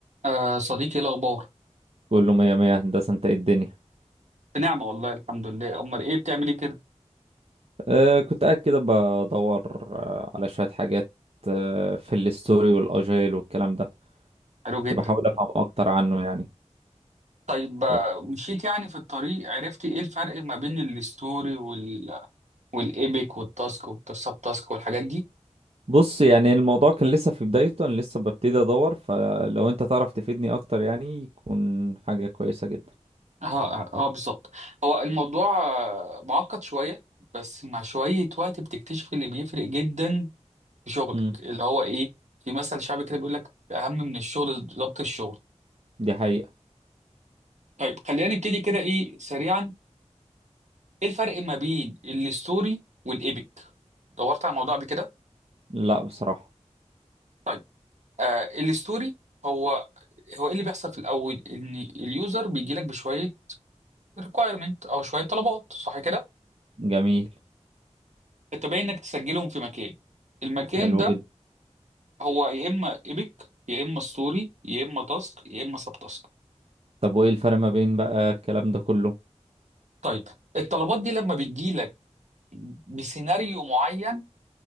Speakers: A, on the right; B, on the right.
A: آه صديقي ايه الاخبار
B: كله مية مية هندسة انت ايه الدنيا
A: بنعمه والله الحمد لله امال ايه بتعمل ايه كده
B: آه كنت قاعد كده بدور آه على شوية حاجات آه في الستوري والاجايل والكلام ده
A: حلو
B: كنت
A: جدا
B: بحاول افهم اكتر عنه يعني
A: طيب آه،
B: ف-
A: مشيت يعني في الطريق عرفتي ايه الفرق ما بين الستوري وال والايبك والتاسك والسب تاسك والحاجات دي
B: بص يعني الموضوع كان لسه في بدايته انا لسه ببتدي ادور فلو انت تعرف تفيدني اكتر يعني يكون حاجة كويسة جدا
A: اه اه آه، بالظبط هو الموضوع آه، معقد شويه بس مع شويه وقت بتكتشف اللي بيفرق جدا في شغلك
B: مم.
A: اللي هو ايه في مثل شعبي كده بيقول لك اهم من الشغل ضبط الشغل
B: دي حقيقة
A: طيب خلينا نبتدي كده ايه سريعا ايه الفرق ما بين الستوري والايبك دورت على الموضوع قبل كده
B: لا بصراحة
A: طيب آه الستوري هو هو ايه اللي بيحصل في الاول ان اليوزر بيجي لك بشويه ريكوايرمنت او شويه طلبات صح كده
B: جميل
A: انت باين انك تسجلهم في مكان المكان
B: حلو
A: ده
B: جدا
A: هو يا اما ايبك يا اما ستوري يا اما تاسك يا اما سب تاسك
B: طب وايه الفرق ما بين بقى الكلام ده كله
A: طيب الطلبات دي لما بتجي لك بسيناريو معين